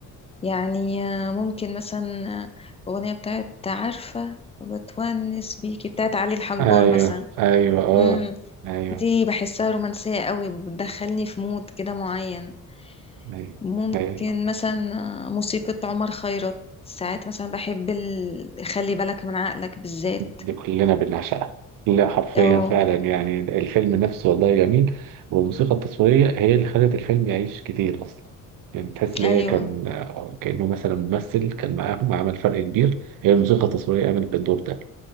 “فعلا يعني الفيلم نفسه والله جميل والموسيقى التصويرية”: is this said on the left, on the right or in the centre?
Right